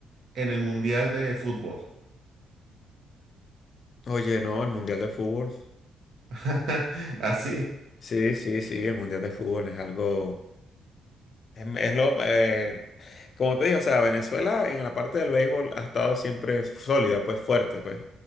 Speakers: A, on the right (about 70°); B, on the left (about 50°).
A: en el Mundial de Fútbol?
B: Oye, no, el Mundial de Fútbol.
A: <laughs> Así,
B: Sí, sí, sí, el Mundial de Fútbol es algo, es, es lo, eh, como te digo, o sea, Venezuela en la parte del béisbol ha estado siempre sólida, pues fuerte, pues.